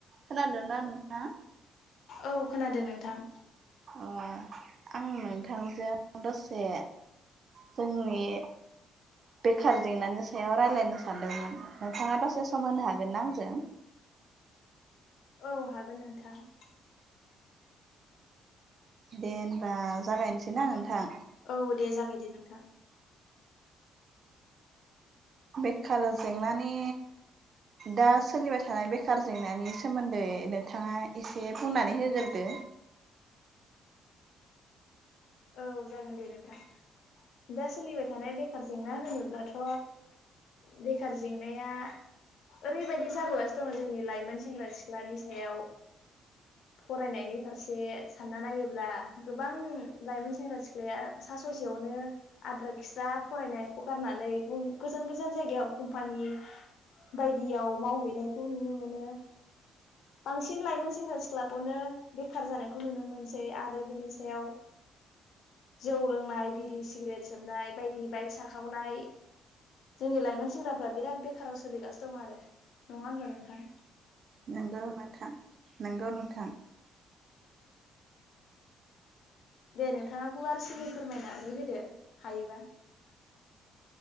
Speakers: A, on the right; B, on the left.
A: खोनादोंना नोंथां?
B: औ खोनादों नोंथां।
A: अ आं नोंथांजों दसे जोंनि बेखार जेंनानि सायाव रायज्लायनो सानदोंमोन नोंथाङा दसे सम होनो हागोनना आंजों?
B: औ हागोन नोंथां।
A: दे हबा जागायनोसैनाा नोंथां
B: औ दे जागाय दे नोंथां
A: बेखार जेंनानि दा सोलिबाय थानाय बेखार जेंनानि सोमोन्दै नोंथाङा एसे बुंनानै होग्रोदो
B: औ जागोन दे नोंथां दा सोलिबाय थानाय बेखार जेंना होनोब्लाथ' बेखार जेंनाया ओरैबायदि जाबोगासिनो दङ' जोंनि लाइमोन सेंग्रा सिख्लानि सायाव फरायनायनि फारसे सानना नायोब्ला गोबां लाइमोन सेंग्रा सिख्लाया सा ससेयावनो आद्रा खिस्रा फरायनायखौ गारनानै गोजान गोजान जायगायाव कम्पानि बायदियाव मावहैनायखौ नुनो मोनो
A: <inaudible>
B: बांसिन लाइमोन सेंग्रा सिख्लाखौनो बेखार जानायखौ नुनो मोनसै आरो बेनि सायाव। जौ लोंनाय बिरि सिगारेट सोमनाय बायदि बाइक साखावनाय जोंनि लाइमोन सेंग्राफ्रा बिराद बेखाराव सोलिगासिनो दं आरो नङा होनबा नोंथां।
A: नंगौ नोंथां नंगौ नोंथां
B: दे नोंथाङा गुवारसिनि फोरमायनानै होदो हायोबा।